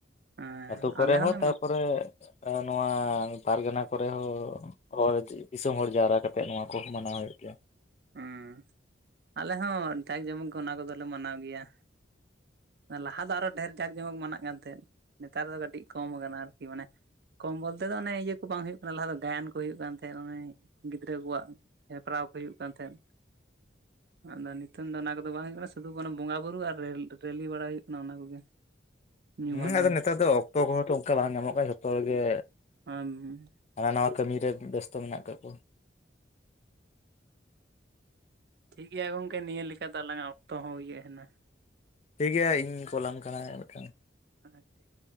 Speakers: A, on the right; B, on the left.
A: ᱦᱮᱸ
B: ᱟᱛᱳ ᱠᱚᱨᱮ
A: ᱟᱞᱮ ᱦᱚᱸᱞᱮ
B: ᱦᱚᱸ ᱛᱟᱯᱚᱨᱮ ᱱᱚᱣᱟ ᱯᱟᱨᱜᱟᱱᱟ ᱠᱚᱨᱮ ᱦᱚᱸ, ᱦᱚᱲ ᱫᱤᱥᱚᱢ ᱦᱚᱲ ᱡᱟᱣᱨᱟ ᱠᱟᱛᱮᱜ ᱱᱚᱣᱟ ᱠᱚ ᱢᱟᱱᱟᱣ ᱦᱩᱭᱩᱜ ᱜᱮᱭᱟ᱾
A: ᱦᱸ ᱟᱞᱮ ᱦᱚᱸ ᱡᱟᱠ ᱡᱚᱢᱚᱠ ᱜᱮ ᱚᱱᱟ ᱠᱚᱜᱮᱞᱮ ᱢᱟᱱᱟᱣ ᱜᱮᱭᱟ᱾ ᱞᱟᱦᱟ ᱫᱚ ᱟᱨᱚ ᱰᱷᱮᱨ ᱡᱟᱸᱠ ᱡᱚᱢᱚᱠ ᱢᱟᱱᱟᱜ ᱠᱟᱱ ᱛᱟᱦᱮᱸᱫ ᱱᱮᱛᱟᱨ ᱫᱚ ᱠᱟᱹᱴᱤᱡ ᱠᱚᱢ ᱠᱟᱱᱟ ᱟᱨᱠᱤ ᱢᱟᱱᱮ ᱠᱚᱢ ᱵᱚᱞᱛᱮ ᱫᱚ ᱚᱱᱮ ᱤᱭᱟᱹ ᱠᱚ ᱵᱟᱝ ᱦᱩᱭᱩᱜ ᱠᱟᱱᱟ ᱞᱟᱦᱟ ᱫᱚ ᱜᱟᱭᱟᱱ ᱠᱚ ᱦᱩᱭᱩᱜ ᱠᱟᱱ ᱛᱟᱦᱮᱸᱫ ᱚᱱᱮ ᱜᱤᱫᱽᱨᱟᱹ ᱠᱚᱣᱟᱜ ᱦᱮᱯᱨᱟᱣ ᱠᱚ ᱦᱩᱭᱩᱜ ᱠᱟᱱ ᱛᱟᱦᱮᱸᱫ ᱟᱫᱚ ᱱᱤᱛᱚᱝ ᱫᱚ ᱚᱱᱟ ᱠᱚᱫᱚ ᱵᱟᱝ ᱦᱩᱭᱩᱜ ᱠᱟᱱᱟ ᱥᱩᱫᱩ ᱚᱱᱟ ᱵᱚᱸᱜᱟ ᱵᱩᱨᱩ ᱟᱨ ᱨᱮᱞᱤ ᱵᱟᱲᱟ ᱦᱩᱭᱩᱜ ᱠᱟᱱᱟ ᱚᱱᱟ ᱠᱚᱜᱮ᱾ ᱧᱩᱢ
B: ᱦᱮᱸ
A: ᱦᱟᱞᱟᱝ
B: ᱟᱫᱚ ᱱᱮᱛᱟᱨ ᱫᱚ ᱚᱠᱛᱚ ᱠᱚᱦᱚᱸ ᱛᱚ ᱚᱱᱠᱟ ᱵᱟᱝ ᱧᱟᱢᱚᱜ ᱠᱟᱱᱟ ᱡᱷᱚᱛᱚ ᱦᱚᱲᱜᱮ
A: ᱟᱢ
B: ᱦᱟᱱᱟ ᱱᱚᱣᱟ ᱠᱟᱹᱢᱤ ᱨᱮ ᱵᱮᱥᱛᱚ ᱢᱮᱱᱟᱜ ᱟᱠᱟᱫ ᱠᱚᱣᱟ᱾
A: ᱴᱷᱤᱠ ᱜᱮᱭᱟ ᱜᱚᱝᱠᱮ ᱱᱤᱭᱟᱹ ᱞᱮᱠᱟ ᱫᱚ ᱟᱞᱟᱝᱟᱜ ᱚᱠᱛᱚ ᱦᱚᱸ ᱦᱩᱭ ᱦᱮᱡᱮᱱᱟ
B: ᱴᱷᱤᱠ ᱜᱮᱭᱟ ᱤᱧ ᱠᱚᱞᱟᱢ ᱠᱟᱱᱟ ᱢᱤᱫᱴᱟᱝ
A: ᱟᱸᱻ ᱴᱷᱤᱠ